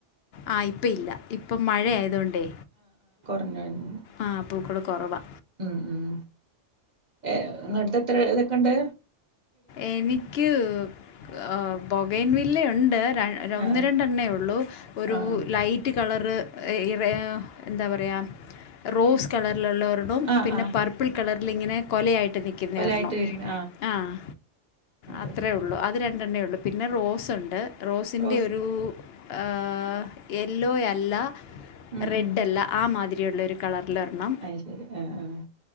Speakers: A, on the left; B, on the right.
A: ആഹ ഇപ്പ ഇല്ല ഇപ്പം മഴ ആയതൊണ്ടേ
B: പിന്നൻ <inaudible>
A: ആഹ പൂക്കള് കൊറവാ
B: ഉം ഉം ഏഹ ഇങ്ങെടുത്തു എത്ര ഇതൊക്കുണ്ട്
A: എനിക്ക്ആഹ് ബോഗൈൻ വില്ല ഉണ്ട് ര
B: ആഹ്
A: ഒന്ന് രണ്ടെണ്ണേ ഒള്ളൂ- ഒരു
B: ആഹ്
A: ലൈറ്റ് കളറ് ഈ വേ എന്താ പറയാ റോസ് കളറിലുള്ള ഒ രെണ്ണോം
B: ആഹ്
A: പിന്നെ
B: ആഹ്
A: പെർപ്പിൾ കളറിലിങ്ങനെ കൊലയായിട്ട് നിക്കുന്ന
B: കൊലായിട്ട്
A: ഒരെണ്ണോം
B: വരുന്ന
A: ആഹ്
B: ആഹ് ആ
A: അത്രേ
B: ടൈപ്പ്
A: ഉള്ളു അത് രണ്ടെണ്ണയേ ഉള്ളു പിന്നെ റോസ് ഒണ്ട് റോസിന്റെയൊരു
B: റോസ്
A: ആഹ് യെല്ലോ അല്ല
B: ഉം
A: റെഡ്
B: ഉം
A: അല്ല ആ മാതിരിയുള്ള ഒരു കളറിലൊരെണ്ണം-
B: അയ്ശരി ആഹ് ആഹ്-